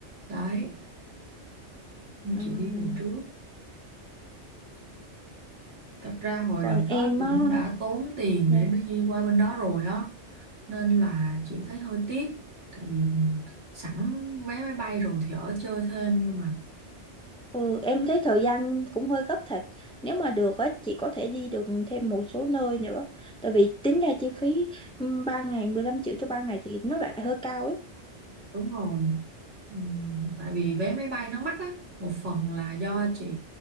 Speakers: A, on the right (about 80°); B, in the centre.
A: đấy nên
B: Ừm,
A: chị đi về trước thật ra hồi
B: Còn
A: đợt đó
B: em
A: cũng
B: á,
A: đã tốn tiền
B: dạ.
A: để đi qua bên đó rồi á nên là chị thấy hơi tiếc tại vì sẵn vé máy bay rồi thì ở chơi thêm nhưng mà
B: ừ, em thấy thời gian cũng hơi gấp thật. Nếu mà được á, chị có thể đi được thêm một số nơi nữa. Tại vì tính ra chi phí ừm, 3 ngày 15 triệu cho 3 ngày thì nó lại hơi cao ấy.
A: đúng rồi Ừm, tại vì vé máy bay nó mắc á một phần là do chị